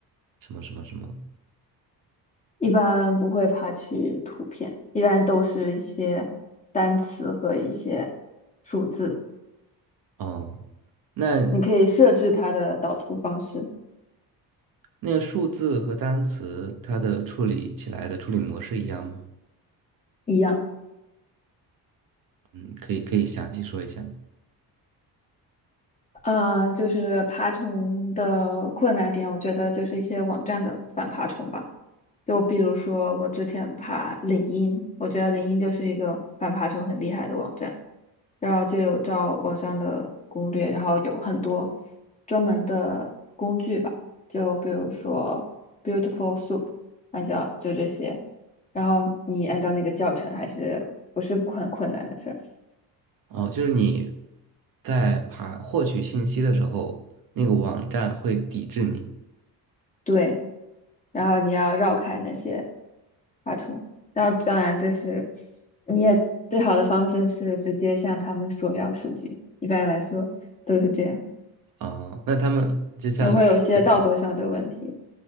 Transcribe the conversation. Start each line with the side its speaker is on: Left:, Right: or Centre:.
Right: 什么什么什么？
Left: 一般不会爬取图片，一般都是一些单词和一些数字。
Right: 哦，那
Left: 你可以设置它的导出方式
Right: 那个数字和单词它的处理起来的处理模式一样吗？
Left: 一样。
Right: 嗯，可以可以详细说一下吗？
Left: 嗯，呃就是爬虫的困难点，我觉得就是一些网站的反爬虫吧。就比如说，我之前爬领英，我觉得领英就是一个反爬虫很厉害的网站，然后就有照网上的攻略，然后有很多专门的工具吧，就比如说 Beautiful Soup，按照就这些，然后你按照那个教程还是不是很困难的事儿。
Right: 哦，就是你在爬获取信息的时候，那个网站会抵制你。
Left: 对，然后你要绕开那些爬虫。然后当然这是你也最好的方式是直接向他们索要数据，一般来说都是这样，
Right: 哦，那他们就像领英这种，
Left: 也会有一些道德上的问题，